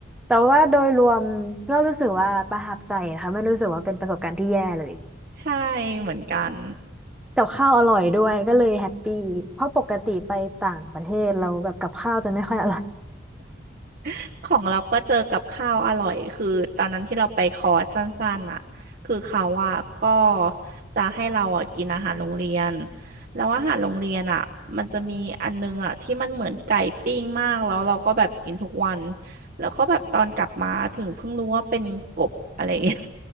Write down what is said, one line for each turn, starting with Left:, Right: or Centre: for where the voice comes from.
Centre: แต่ว่าโดยรวมก็รู้สึกว่าประทับใจนะคะไม่รู้สึกว่าเป็นประสบการณ์ที่แย่เลย
Right: ใช่เหมือนกัน
Centre: กับข้าวอร่อยด้วยก็เลยแฮปปี้เพราะปกติไปต่างประเทศเราแบบกับข้าวจะไม่ค่อยอร่อย
Right: <laughs> ของเราก็เจอกับข้าวอร่อยคือตอนนั้นที่เราไปคอร์สสั้นๆน่ะคือเขาอ่ะก็จะให้เราอ่ะกินอาหารโรงเรียนแล้วอาหารโรงเรียนอ่ะมันจะมีอันนึงอ่ะที่มันเหมือนไก่ปิ้งมากแล้วเราก็แบบกินทุกวันแล้วก็แบบตอนกลับมาถึงเพิ่งรู้ว่าเป็นกบอะไรอย่างเงี้ย